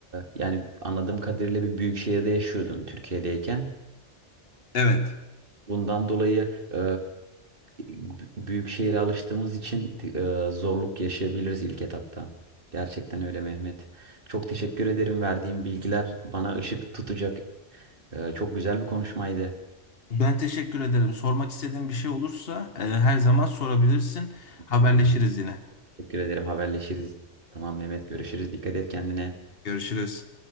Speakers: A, on the right (about 50°); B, on the left (about 55°).
A: yani anladığım kadarıyla bir büyük şehirde yaşıyordun Türkiye'deyken.
B: Evet.
A: Bundan dolayı e, b- büyük şehire alıştığımız için e, zorluk yaşayabiliriz ilk etapta. Gerçekten öyle Mehmet. Çok teşekkür ederim verdiğin bilgiler bana ışık tutacak. E, çok güzel bir konuşmaydı.
B: Ben teşekkür ederim. Sormak istediğin bir şey olursa e, her zaman sorabilirsin. Haberleşiriz
A: Tamam,
B: yine.
A: Teşekkür ederim. Haberleşiriz. Tamam Mehmet görüşürüz. Dikkat et kendine.
B: Görüşürüz.